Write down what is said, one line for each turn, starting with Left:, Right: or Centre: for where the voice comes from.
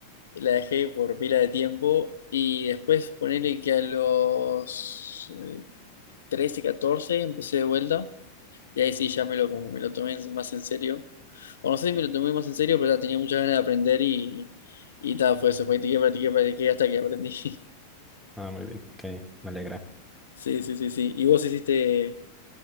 Left: la dejé por pila de tiempo y después ponerle que a los eh, 13, 14 empecé de vuelta y ahí sí ya me lo, como me lo tomé más en serio, o no sé si me lo tomé más en serio, pero ta, tenía muchas ganas de aprender y, y tal, fue eso, practiqué, practiqué, practiqué hasta que aprendí. <laughs>
Centre: Ah, muy bien. Ok, me alegra.
Left: Sí, sí, sí, sí. ¿Y vos hiciste